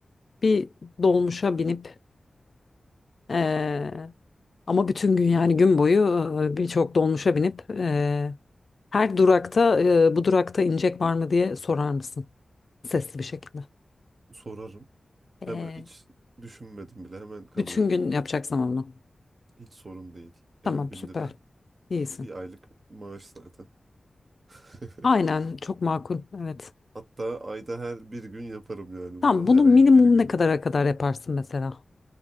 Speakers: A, on the left; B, on the right.
A: bir dolmuşa binip ee, ama bütün gün yani gün boyu ee, birçok dolmuşa binip ee, Her durakta e, bu durakta inecek var mı diye sorar mısın? Sesli bir şekilde.
B: sorarım.
A: Ee,
B: Hemen hiç düşünmedim bile hemen kabul
A: Bütün
B: ederim.
A: gün yapacaksın ama bunu.
B: Hiç sorun değil.
A: Tamam
B: elli bin
A: süper.
B: lira
A: İyisin.
B: bir aylık maaş zaten. <laughs>
A: Aynen çok makul. Evet.
B: Hatta ayda her bir gün yaparım yani
A: Tamam
B: bunu.
A: bunu
B: Her
A: minimum
B: ayın bir günü.
A: ne kadara kadar yaparsın mesela?